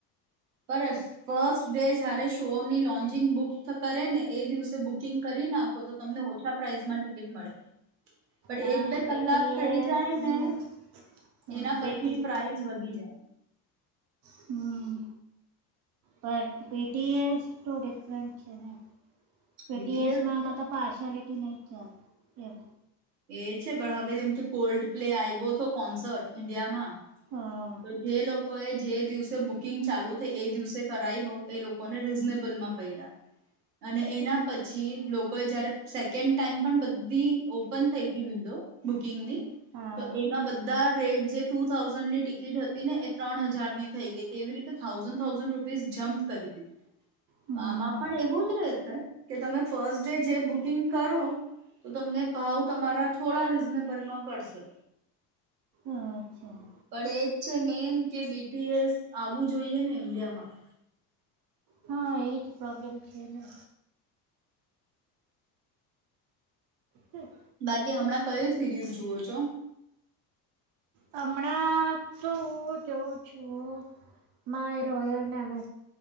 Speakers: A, on the right (about 80°); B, on the right (about 50°).
A: બ ફસ્ટ ડે જારે શો ની લોન્ચિંગ શરૂ કરે ને. એ દિવસે બુકિંગ કરી નાખો તો તમને ઓછા પ્રાઇસમાં ટિકિટ મળે પણ
B: ના
A: એક
B: ના
A: બે
B: પેટી
A: કલાક થઈ
B: એ
A: જાય
B: હમ,
A: ને
B: હા,
A: એના પછી
B: પેટી
A: પ્રાઈસ વધી જાય.
B: હમ બ પીટીએ તો ડિફરન્ટ છે ને. પીટીએસમાં
A: બીટીએસ
B: તો પા. ફટી નઈટ ચાલ રેબ.
A: એ છે પણ હવે જેમ કે કોલ્ડ પ્લે આવ્યો હતો કોન્સર્ટ ઈન્ડિયામાં.
B: હા
A: તો જે લોકો એ. જે દિવસે બુકિંગ ચાલુ થઈ એ દિવસે કરાવી એ લોકોને રીઝનેબલ માં પૈડ્યા અને એના પછી લોકોએ જારે. સેકન્ડ ટાઈમ પણ બધી ઓપન થઈ ત વિન્ડો બુકિંગની
B: હા
A: તો એમાં બધા. રેટ જે ટુ થાઉઝન્ડ ની ટિક. ટ હતી ને એ ત્રણ હજાર ની થઈ ગઈ હતી એવી રીતે થાઉઝન્ડ થાઉઝન્ડ રૂપીસ જમ્પ કરી દીધી.
B: હમ
A: તો આમાં પણ એવું જ રેશે કે તમે. ફર્સ્ટ ડે જે બુકિંગ કરો તો તમને ભાવ તમારા થોડા રીઝનેબલમાં પડશે.
B: અચ્છા.
A: પણ એજ છે મેન કે બીટીએસ આવવું જોઈએ ને ઈન્ડિયામાં.
B: હા એ જ પ્રોબ્લેમ છે ને. હમ.
A: બાકી હમણાં કયો સિરીઝ જુવો છો.
B: હમણાં તો જોઉં છું મા એ રોયલ નેવે